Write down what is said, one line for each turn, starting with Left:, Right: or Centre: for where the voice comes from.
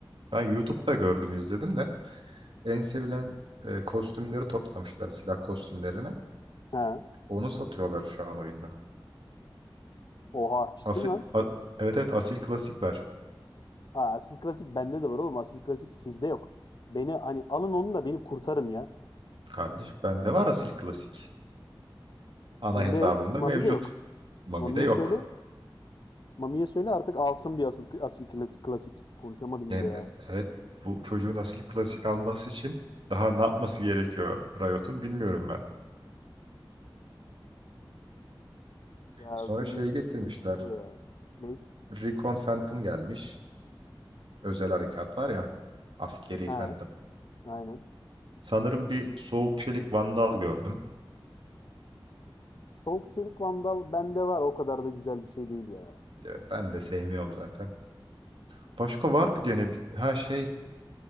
Right: Ben YouTube'da gördüm izledim de en sevilen e, kostümleri toplamışlar silah kostümlerini.
Left: Ha.
Right: Onu satıyorlar şu an oyunda.
Left: Oha ciddi
Right: Asil,
Left: mi lan?
Right: a- evet evet asil klasik var.
Left: Aa, Asil Klasik bende de var oğlum. Asil Klasik sizde yok. Beni hani alın onu da beni kurtarın ya.
Right: Kardeş bende var asil klasik. Ana
Left: Kimde
Right: hesabımda
Left: yok? Mami'de
Right: mevcut.
Left: yok.
Right: Mami'de
Left: Mami'ye
Right: yok.
Left: söyle. Mami'ye söyle artık alsın bir asıl, asil klasik, klasik. Konuşamadım
Right: Yani
Left: bile ya.
Right: evet bu çocuğun asil klasik alması için daha ne yapması gerekiyor Riot'un bilmiyorum ben.
Left: Ya
Right: Sonra
Left: beni,
Right: şeyi getirmişler.
Left: beni ürkütüyor ya. Ne?
Right: Recon Phantom gelmiş. Özel harekat var ya. Askeri
Left: Ha,
Right: Phantom.
Left: aynen.
Right: Sanırım bir soğuk çelik vandal gördüm.
Left: Soğuk Çelik Vandal bende var. O kadar da güzel bir şey değil ya.
Right: Evet ben de sevmiyorum zaten. Başka vardı gene bir ha şey